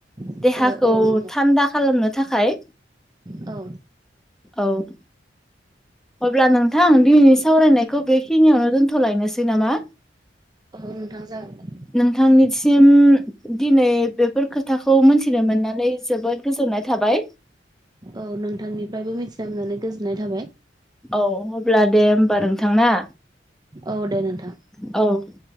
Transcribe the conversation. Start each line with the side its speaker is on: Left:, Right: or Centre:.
Right: औ
Centre: देहाखौ
Right: औ नंगौ
Centre: थान्दा खालामनो थाखाय
Right: औ
Centre: औ अब्ला नोंथां दिनैनि सावरायनायखौ बेखिनियावनो दोन्थ'लायनोसै नामा
Right: औ नोंथां जागोन
Centre: नोंथांनिसिम दिनै बे बे फोर खोथाखौ मोनथिनो मोननानै जोबोद गोजोननाय थाबाय
Right: औ नोंथांनिफ्रायबो मिथिना मोननानै गोजोननाय थाबाय
Centre: औ अब्ला दे होमबा नोंथांा
Right: औ दे नोंथां
Centre: औ